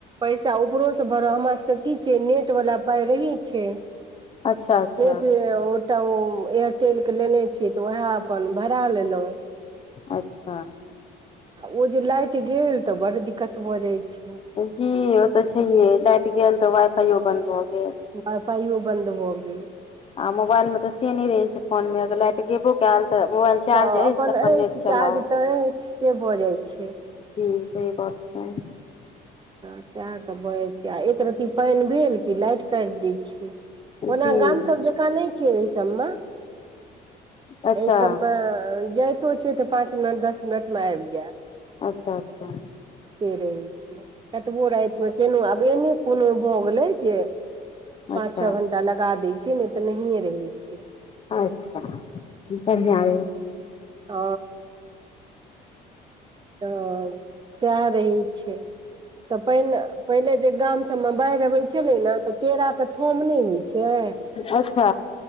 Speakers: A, on the right; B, on the left.
A: पैसा ऊपरो सँ भराउ हमरा सबके की छै नेट वाला पाइ रहै छै
B: अच्छा अच्छा
A: नेट ओ तो ओ एयरटेलके लेने छियै तऽ वएह अपन भरा लेलै
B: अच्छा
A: ओ जे लइट गेल तऽ बड दिक्कत भऽ जाय छै
B: जी ओ तऽ छैहे लाइट गेल तऽ वाइ फाइयो बंद भऽ गेल
A: वाइ फाइयो बन्द भऽ गेल
B: आ मोबाइल मे तऽ से नइ रहे छै फोन मे अगर लाइट गेबो कैल तऽ मोबाइल चार्ज
A: तऽ
B: अछि
A: अपन अछि
B: नेट
A: चार्ज
B: चलाउ
A: तऽ अछि से भऽ जाइत छै
B: जी सही बात छै
A: तऽ सेहा सब भ जाइ छै आ एक रत्ती पानि भेल कि लाइट काटि दै छियै
B: जी
A: ओना गाम सभ जेकाँ नै छै एहि सभ म
B: अच्छा
A: एहि सबमे जाइतो छै तऽ पाँच मिनट दस मिनट मऽ आइब जायत
B: अच्छा अच्छा
A: से रहै छै कतबो रात मे केहनउ आब एने कोनो भ गेलै जे
B: अच्छा
A: पाँच छ घण्टा लगा दैत छै नहि तऽ नहिये रहैत छै
B: अच्छा बढ़िया रहे
A: ओ तब सएह रहै छै तऽ पाइन पहिने जे गाम सब मऽ बाढ़ि अबैत छलै ने तऽ केरा के थम नहि होइ छै
B: अच्छा